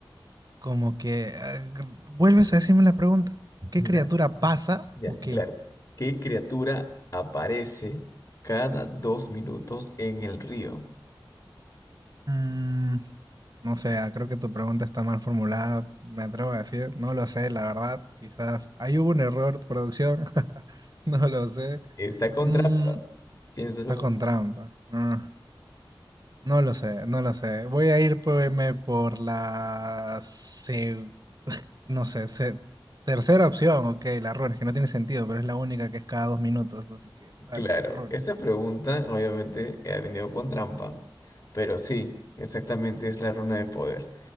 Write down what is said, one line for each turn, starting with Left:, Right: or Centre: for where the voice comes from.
Right: como que... ah, g- vuelves a decirme la pregunta. ¿Qué
Left: Dale.
Right: criatura pasa
Left: Ya,
Right: o qué?
Left: claro. ¿Qué criatura aparece cada dos minutos en el río?
Right: Mm, no sé, ah, creo que tu pregunta está mal formulada, me atrevo a decir. No lo sé, la verdad. Quizás ahí hubo un error de producción. <laughs> No lo sé.
Left: Está con
Right: Mm,
Left: trampa. Piénsalo
Right: está con trampa. Ah. No lo sé, no lo sé. Voy a ir irme por la... seg- <laughs> No sé, se- tercera opción, ok, la runa, es que no tiene sentido, pero es la única que es cada dos minutos, así que dale,
Left: Claro,
Right: la runa.
Left: esta pregunta obviamente ha venido con trampa, pero sí, exactamente es la runa de poder,